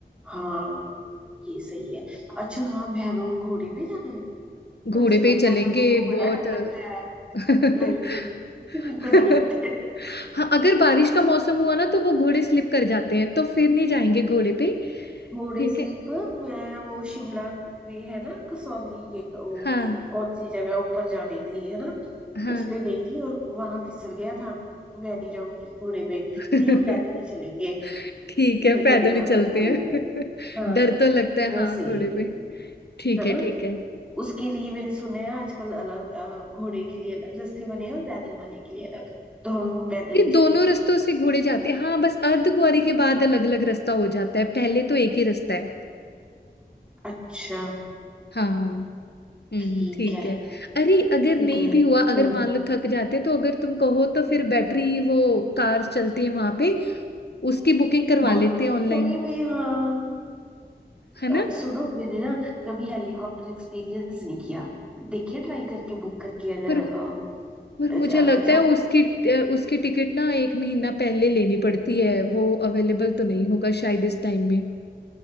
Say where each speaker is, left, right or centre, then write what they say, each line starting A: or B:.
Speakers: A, in the centre; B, on the left.
A: हाँ ये सही है अच्छा हाँ भैरव घोड़े पे जाना है तो
B: घोड़े
A: ऐसे
B: पे
A: मत
B: ही चलेंगे
A: बोलना मेरे को बड़ा
B: बहुत
A: डर लगता है
B: <laughs>
A: नहीं <laughs> मेरे को डर लगता है
B: हाँ अगर बारिश का मौसम हुआ ना तो वो घोड़े स्लिप कर जाते हैं तो फिर नहीं जाएंगे घोड़े पे
A: घोड़े
B: ठीक
A: स्लीप
B: है
A: मैं वो शिमला में है ना कसौली के वो
B: हाँ
A: क- कौन सी जगह ऊपर जाने के लिए है ना
B: हाँ
A: उस पे गई थी और वहां फिसल गया था मैं नहीं जाऊंगी घोड़े पे
B: <laughs>
A: नहीं हम पैदल ही चलेंगे
B: ठीक
A: मेरे
B: है पैदल
A: को नहीं जाना
B: ही चलते
A: घोड़े
B: हैं
A: पे हाँ
B: <laughs> डर तो लगता है
A: वो
B: हाँ
A: सही
B: घोड़े
A: है
B: पे ठीक
A: है
B: है
A: ना
B: ठीक है
A: उसके लिए मैंने सुना है आजकल अलग अ, घोड़े के लिए अलग रास्ते बने हैं और पैदल वाले के लिए अलग तो हम पैदल
B: ये
A: ही
B: दोनों
A: चलेंगे
B: रास्तों से घोड़े जाते हैं हाँ बस अर्धकुंवारी के बाद अलग अलग रास्ता हो जाता है पहले तो एक ही रास्ता है
A: अच्छा
B: हाँ हम्म
A: ठीक
B: ठीक
A: है
B: है अरे अगर
A: ठीक
B: नहीं
A: है
B: भी हुआ अगर
A: हाँ
B: मान लो थक जाते तो अगर तुम कहो तो फिर बैटरी वो कार चलती है वहां पे उसकी बुकिंग करवा
A: बहुत
B: लेते हैं ऑनलाइन
A: सही में हाँ
B: है
A: अ,
B: ना
A: सुनो मैंने ना कभी हेलीकॉप्टर एक्सपीरियंस नहीं किया देखिए ट्राई करके बुक करके अगर
B: पर
A: अ,
B: पर मुझे
A: अ,
B: लगता
A: जा
B: है उसकी उसकी टिकट ना एक महीना पहले लेनी पड़ती है वो अवेलेबल तो नहीं होगा शायद इस टाइम में